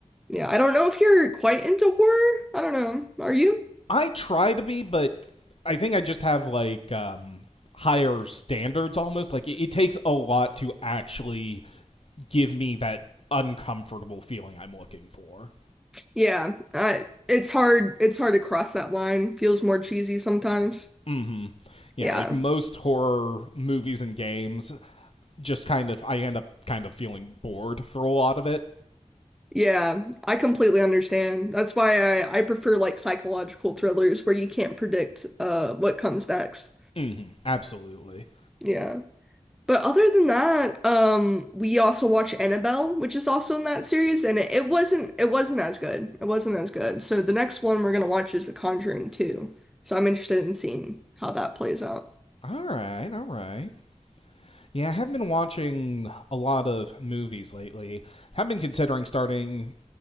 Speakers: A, in the centre; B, on the left.
A: Yeah, I don't know if you're quite into horror. I don't know. Are you?
B: I try to be, but I think I just have like um higher standards almost. Like it, it takes a lot to actually give me that uncomfortable feeling I'm looking for.
A: Yeah, uh, it's hard. It's hard to cross that line. Feels more cheesy sometimes.
B: Mhm. Yeah,
A: Yeah,
B: like most horror movies and games just kind of I end up kind of feeling bored through a lot of it.
A: yeah, I completely understand. That's why I I prefer like psychological thrillers where you can't predict uh what comes next.
B: Mhm. Absolutely.
A: Yeah, but other than that, um, we also watch Annabelle, which is also in that series, and it, it wasn't it wasn't as good. It wasn't as good. So the next one we're gonna watch is The Conjuring 2. So I'm interested in seeing how that plays out.
B: All right, all right. Yeah, I have been watching a lot of movies lately. I've been considering starting